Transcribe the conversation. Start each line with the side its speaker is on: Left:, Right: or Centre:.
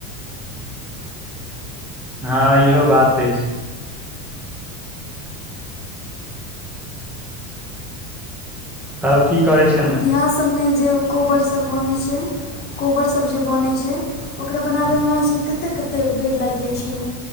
Centre: हँ इहो बात अछि तब की करै छ
Left: अऽ बिआह सबमे जे कोबर सब बनै छै कोबरसब जे बनै छैय ओकरा बनाबैमे हमरा सभके कतेक -कतेक बेर लागि जाइ छलए